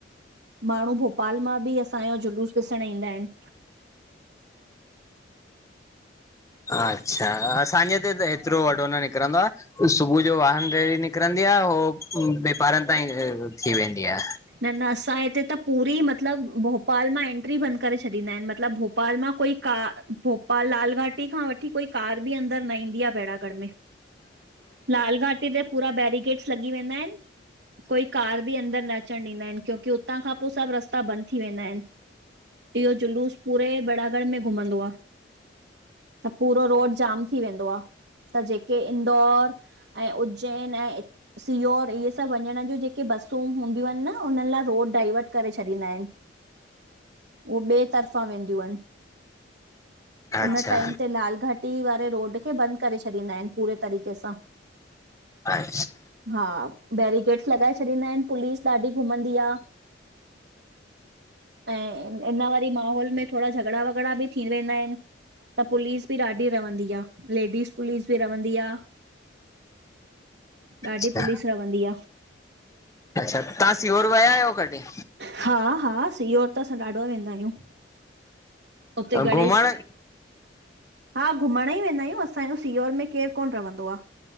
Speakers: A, on the right; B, on the left.
A: माण्हू भो पाल मां बि असांयो जुलूस ॾिसणु ईंदा आहिनि।
B: अच्छा, असांजे हिते त एतिरो वॾो न निकिरंदो आ। सुबुह जो वाहन रेरी निकिरंदी आ, हो नेपारनि ताईं थी वेंदी आ।
A: न न असां हिते त पूरी मतिलबु भोपाल मां एंट्री बंदि करे छॾींदा आहिनि, मतिलबु भोप भोपाल मां कोई कार, भोपाल लाल घाटी खां वठ की कोई कार बि अंदर न ईंदी आ बेड़ागढ़ में, लाल घाटी ते पूरा बैेरीगेडस लॻी वेंदा आइनि, कोई कार बि अंदर न अचण ॾींदा आहिनि, क्योकि हुतां खां पो सभु रस्ता बंदि थी वेंदा आहिनि। इयो जुलूस पूरे बेरागढ़ में घुमंदो आ। त पूरो रोड़ जाम थी वेंदो आ। त ॼेके इंदौर ऐं उज्जैन ऐं सियोर इहे सभु वञणु जूं ॼे के बसूं हूंदियूं आहिनि न, हुननि लाइ रोड डाइवर्ट करे छॾींदा आहिनि। उ ॿे तर्फ़ां वेंदियूं आहिनि।
B: अच्छा
A: उन टाइम ते लाल घाटी वारे रोड खे बंदि करे छॾींदा आहिनि पूरे तरीक़े सां।
B: अएछ
A: हा, बैरिगेटस लॻाए छॾींदा आहिनि पुलिस ॾाढी घुमंदी आ। ऐं इन वरी माहोल में थोडा झगड़ा- वगड़ा बि थी वेंदा आहिनि। त पुलिस बि ॾाढी रवंदी आ, लेडीस पुलिस बि रवंदी आ।
B: अच्छा
A: ॾाढी पुलिस रवंदी आ।
B: अच्छा तां सीओर विया आहियो कॾी?
A: हां हां सीओर त असां ॾाढो वेंदा आहियूं। उते
B: अ
A: गणेश
B: घुमणु
A: हा घुमण ई वेंदा आहियूं असांयो सीओर में केरु कोन रवंदो आ।